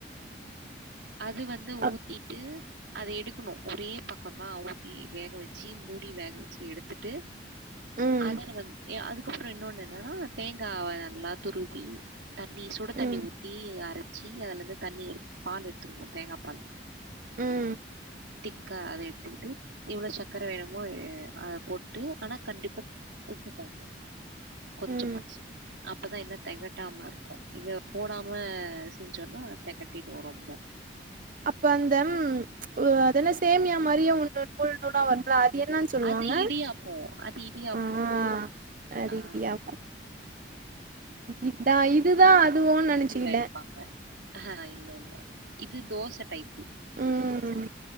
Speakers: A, on the right; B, on the right.
A: அது வந்து
B: அப்
A: ஊத்திட்டு அத எடுக்கணு ஒரே பக்கதா ஊத்தி வேக வச்சு மூடி வேக வச்சு எடுத்துட்டு
B: ம்
A: அத வந்து அதுக்கப்பற இன்னொண்ணு என்னன்னா தேங்கா நல்லா துருவி தண்ணி சுட தண்ணி
B: ம்
A: ஊத்தி அரச்சு அதுல இருந்து தண்ணி எடு பால் எடு எடுத்துறுவோ தேங்கா பால்
B: ம்
A: திக்கா அத எடுத்துக்கிட்டு இவ்ளோ சக்கர வேணுமோ அத போட்டு ஆனா கண்டிப்பா உப்பு போடணு கொஞ்சமாச்சு
B: ம்
A: அப்பதா எல்லா தெகாட்டாம இருக் இத போடாம செஞ்சோம்ன்னா தகட்டிடும் ரொம்ப
B: அப்ப அந்த அத என்ன சேமியா மாரியே ஒண்ணு நூல் நூல்லா வந்து அது என்னன்னு சொல்லுவாங்க
A: அது இடியாப்பம் அது இடியாப்பம்
B: ஆஹ அறிவியாக்கும்
A: ஆஹ்
B: இதா இதுதா அதுவோன்னு நெனச்சுக்கிட்டே
A: இட வேகப்பாங்க ஆஹ் இல்ல இல்ல இது தோச டைப்
B: ம்